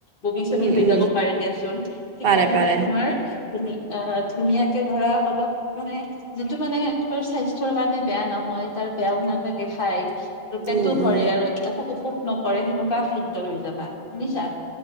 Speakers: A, on the left; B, on the right.
A: বমি চমি
B: উম
A: হৈ
B: উম
A: যাব পাৰে দিয়াচোন সেইকাৰণে
B: পাৰে পাৰে
A: মানে তোমাৰ ধু অ, ধুনীয়াকে ধৰা অলপ মানে যিটো মানে তোমাৰ স্বাস্থ্যৰ কাৰণে বেয়া নহয় তাৰ বেয়াও নালাগে খাই। আৰু পেটটো
B: উম উম
A: ভৰে আৰু একো অসুখ নকৰে সেনেকুৱা খাদ্য লৈ যাবা শুনিছা।